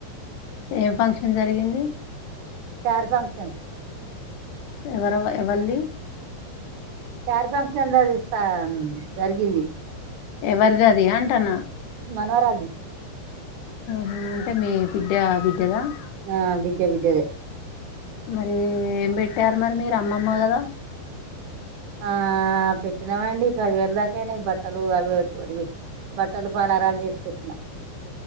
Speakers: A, on the left; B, on the right.
A: ఏం ఫంక్షన్ జరిగింది
B: మబ ట <unintelligible>
A: ఎవరెవ ఎవల్ది
B: శారీ ఫంక్షన్ ద స జరిగింది
A: ఎవరిది అది అంటాన్నా
B: మనవరాలిది
A: హ అంటే మీ బిడ్డ బిడ్డ ద
B: ఆ బిడ్డ బిడ్డదే
A: మరి ఏం పెట్టారు మరి మీరు అమ్మమ్మ కదా
B: ఆ పెట్టినామండి పదివేల దాకాయినాయి బట్టలు అవి ఒకటి ఒకటి పెట్టి బట్టలు పలహరాలు చేసి పెట్టిన